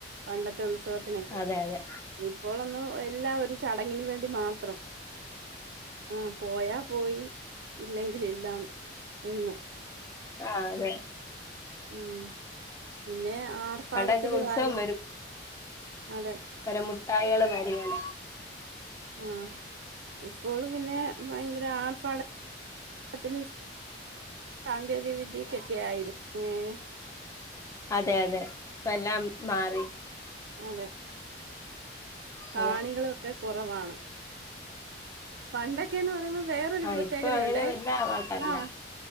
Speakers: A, on the right; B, on the left.
A: പണ്ടത്തെ ഉത്സവത്തിനൊക്കെ
B: അതെ അതെ
A: ഇപ്പോളൊന്നും എല്ലാം ഒരു ചടങ്ങിന് വേണ്ടി മാത്രം. ആഹ് പോയാ പോയി ഇല്ലെങ്കിൽ ഇല്ല എന്ന്.
B: ആഹ് അതെ.
A: ഉം പിന്നെ ആർഭടത്തിലുവായി
B: പണ്ടൊക്കെ ഉത്സവം
A: അതെ
B: ഒരു മുട്ടായികള് മെടിയണ
A: ആഹ് ഇപ്പോൾ പിന്നെ ഭയങ്കര ആർഭാടത്തിന് ചെ സാങ്കേതിക വിദ്യക്കൊക്കെ ആയിലെ ഉം.
B: അതെ അതെ ഇപ്പ എല്ലാം മാറി
A: അതെ കാണികളൊക്കെ
B: അതെ
A: കുറവാണ് പണ്ടൊക്കെന്ന് പറയുമ്പോ വേറൊരു
B: ആഹ്
A: പ്രത്യേകതയുണ്ടേ
B: ഇപ്പൊ അങ്ങനെ വല്ല ആൾക്കാരില്ല
A: ആഹ്